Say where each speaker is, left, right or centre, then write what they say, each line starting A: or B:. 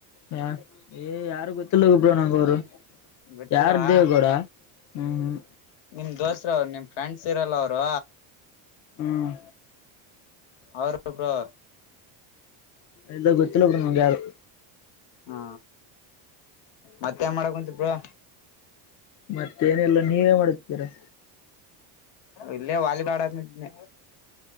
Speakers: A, on the left; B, on the left.
A: ಹ ಏ ಯಾರ ಗೊತ್ತಿಲ್ಲ ಹೋಗಿ ಬ್ರೋ ನಂಗ ಅವರು
B: ಗೊತ್ತಿಲ್ವಾ
A: ಯಾರ್ ದೇವಗೌಡ ಹ್ಮ್ ಹ್ಮ್
B: ನಿಮ್ ದೋಸ್ತ ಅವ್ರು ನಿಮ್ ಫ್ರೆಂಡ್ಸ್ ಇರಲ್ಲ ಅವರು
A: ಹ್ಮ.
B: ಅವರು ಬ್ರೋ.
A: ಎಲ್ಲ ಗೊತ್ತಿಲ್ಲ ಬ್ರೋ ನಂಗ್ ಯಾರು.
B: ಹಾ ಮತ್ತೇನ್ ಮಾಡಕಂತಿ ಬ್ರೋ.
A: ಮತ್ತೇಏನೆಲ್ಲ ನೀವೇನ್ ಮಾಡುತ್ತೀರಾ.
B: ಇಲ್ಲೇ ವಾಲಿ ಬಾಲ್ ಆಡತೀನಿ.